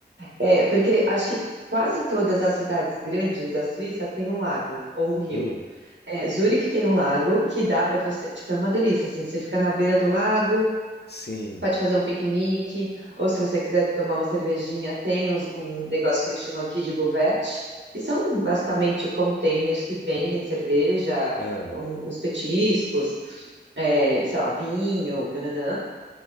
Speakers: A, on the right; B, on the left.
A: é, porque acho que quase todas as cidades grandes da Suíça têm um lago ou um rio.
B: Hum,
A: É, Zurique tem um lago que dá para você, tipo, é uma delícia, assim, você fica na beira do lago,
B: sim.
A: pode fazer um piquenique, ou se você quiser tomar uma cervejinha, tem os- um negócio que eles chamam aqui de buvette, que são basicamente containers que vendem cerveja,
B: Ah.
A: um- uns petiscos, é, sei lá, vinho, nananã.